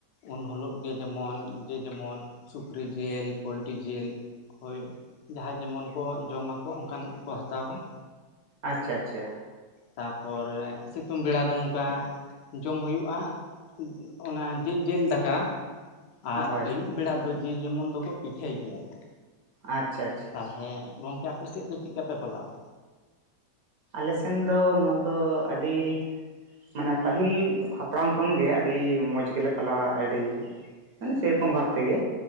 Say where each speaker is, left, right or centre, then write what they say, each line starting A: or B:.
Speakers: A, on the left; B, on the right.
A: ᱩᱱᱦᱚᱞᱚᱜ ᱜᱮ ᱡᱮᱢᱚᱱ ᱡᱮ ᱡᱮᱢᱚᱱ ᱥᱩᱠᱨᱤ ᱡᱤᱞ ᱯᱚᱞᱴᱤ ᱡᱤᱞ ᱦᱳᱭ ᱡᱟᱦᱟᱸᱭ ᱡᱮᱢᱚᱱ ᱠᱚ ᱡᱚᱢ ᱟᱠᱚ ᱚᱱᱠᱟᱱᱟᱜ ᱠᱚ ᱦᱟᱛᱟᱣᱟ ᱦᱟᱸᱜ
B: ᱟᱪᱷᱟ ᱟᱪᱷᱟ
A: ᱛᱟᱯᱚᱨᱮ ᱥᱤᱛᱩᱝ ᱵᱮᱲᱟ ᱫᱚ ᱱᱚᱝᱠᱟ ᱡᱚᱢ ᱦᱩᱭᱩᱜᱼᱟ ᱚᱱᱟ ᱡᱤ ᱡᱤᱞ ᱫᱟᱠᱟ
B: ᱦᱳᱭ
A: ᱟᱨ ᱟᱹᱭᱩᱵ ᱵᱮᱲᱟ ᱫᱚ ᱡᱮ ᱡᱮᱢᱚᱱ ᱫᱚᱠᱚ ᱯᱤᱴᱷᱟᱹᱭ ᱜᱮᱭᱟ ᱠᱚ
B: ᱟᱪᱪᱷᱟ ᱟᱪᱪᱷᱟ
A: ᱛᱟᱞᱦᱮ
B: ᱟᱪᱪᱷᱟ
A: ᱜᱚᱝᱠᱮ ᱟᱯᱮᱥᱮᱫ ᱫᱚ ᱪᱮᱫ ᱞᱮᱠᱟ ᱯᱮ ᱯᱟᱞᱟᱣᱟ?
B: ᱟᱞᱮᱥᱱ ᱫᱚ ᱱᱚᱶᱟ ᱫᱚ ᱟᱹᱰᱤ ᱢᱟᱱᱮ ᱯᱟᱹᱦᱤᱞ ᱦᱟᱯ ᱦᱟᱯᱲᱟᱢ ᱠᱷᱚᱱ ᱜᱮ ᱟᱹᱰᱤ ᱢᱚᱡᱽ ᱜᱮᱞᱮ ᱯᱟᱞᱟᱣᱟ ᱟᱹᱰᱤ ᱢᱟᱱᱮ ᱥᱮᱨᱚᱠᱚᱢ ᱵᱷᱟᱯ ᱛᱮᱜᱮ